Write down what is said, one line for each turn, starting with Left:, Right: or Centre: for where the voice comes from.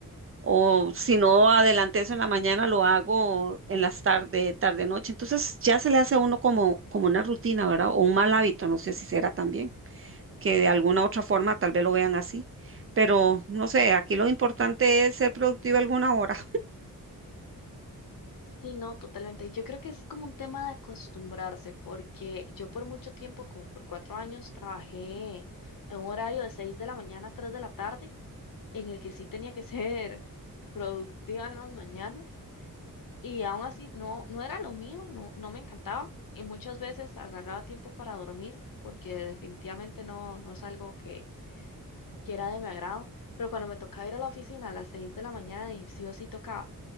Right: o si no adelanté eso en la mañana, lo hago en las tarde, tarde, noche. Entonces ya se le hace a uno como, como una rutina, ¿verdad? O un mal hábito, no sé si será también, que de alguna otra forma tal vez lo vean así. Pero no sé, aquí lo importante es ser productivo alguna hora.
Left: Sí, no, totalmente. Y Yo creo que es como un tema de acostumbrarse, porque yo por mucho tiempo, como por cuatro años, trabajé en un horario de seis de la mañana a tres de la tarde, en el que sí tenía que <laughs> ser productiva en las mañanas, y aún así no, no era lo mío, no, no me encantaba, y muchas veces agarraba tiempo para dormir, porque definitivamente no, no es algo que, que era de mi agrado, pero cuando me tocaba ir a la oficina a las seis de la mañana, y sí o sí tocaba